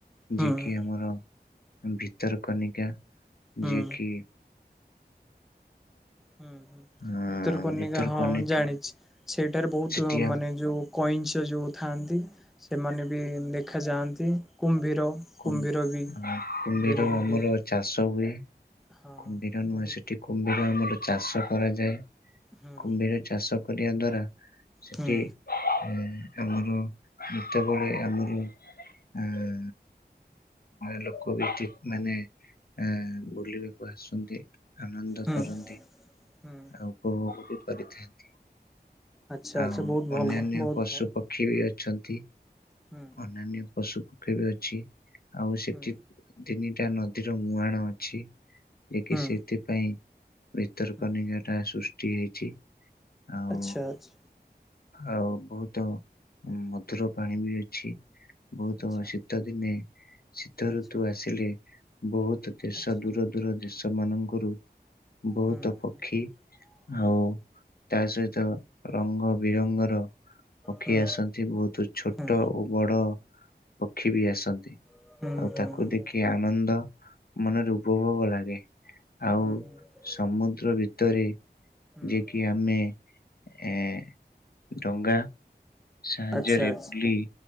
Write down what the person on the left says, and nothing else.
ଯିଏ କିି ଆମର ଭିତରକନିକା।
ଯିଏକି
ଅ
ଭିତରକନିକା
ସେଠି
କୁମ୍-କୁମ୍ଭୀର
ଆମର
ଚାଷ ହୁଏ।
କୁମ୍ଭୀର ନୁହଁ
ସେଠି କୁମ୍ କୁମ୍ ଆମର ଚାଷ କରାଯାଏ
କୁମ୍ଭୀର ଚାଷ କରିବା ଦ୍ଵାରା ସେଠି
<inaudible> ଆମର ଯେତେବେଳେ ଆମର ଆ ଲୋକ ବି ଠିକ୍ ମାନେ ଆ- ବୁଲିବାକୁ ଆସନ୍ତି। ଆନନ୍ଦ
କରନ୍ତି
ଆଉ ଉପଭୋଗ ବି କରିଥାନ୍ତି।
ଆଉ
ଅନ୍ୟାନ୍ୟ
ପଶୁ
ପକ୍ଷୀ
ବି ଅଛନ୍ତି।
ଅନ୍ୟାନ୍ୟ ପଶୁ ପକ୍ଷୀ ବି ଅଛି। ଆଉ ସେଠି
ତିନିଟା ନଦୀର ମୁହାଣ ଅଛି ଯେ କି
ସେଥିପାଇଁ ବିତର୍କ
ନିରଟା ସୃଷ୍ଟି ହେଇଛି। ଆଉ
ଆଉ ବହୁତ ମଧୁର ପାଣି ବି ଅଛି। ବହୁତ
ବ ଶୀତ ଦିନେ ଶୀତ
ଋତୁ ଆସିଲେ ବହୁତ ଦେଶ
ଦୂର ଦୂର ଦେଶ ମାନଙ୍କରୁ ବହୁତ
ପକ୍ଷୀ
ଆଉ ତା ସହିତ ରଙ୍ଗ ବିରଙ୍ଗର ପକ୍ଷୀ
ଆସନ୍ତି ବହୁତ ଛୋଟ
ଓ ବଡ ପକ୍ଷୀ ବି ଆସନ୍ତି।
ଆଉ ତାକୁ
ଦେଖି ଆନନ୍ଦ ମନରେ ଉପଭୋଗ ଲାଗେ ଆଉ
ସମୁଦ୍ର ଭିତରେ। ଯେକି
ଆମେ ଏ ଡଙ୍ଗା ସାହାଯ୍ୟରେ
ବୁଲି